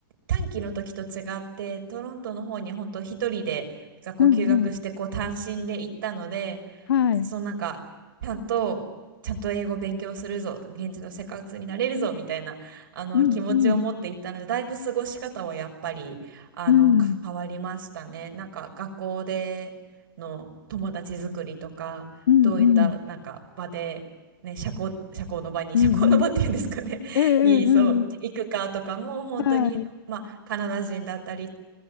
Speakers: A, on the right; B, on the left.
A: 短期の時と違ってトロントの方に本当一人で学校休学してこう単身で行ったので
B: うんうん。はい。
A: そうなんかちゃんとちゃんと英語勉強するぞ現地の生活になれるぞみたいなあの気持ちを持っていったのでだいぶ過ごし方はやっぱりあの変わりましたね。
B: うんうん。うん。
A: なんか学校での友達作りとかどういったなんか場で、
B: うんうん。
A: ね、社交、社交の場に社交の場っていうんですかねにそう行くかとかも本当に、
B: うんうん。うんうんうん。はい。
A: まあ、カナダ人だったり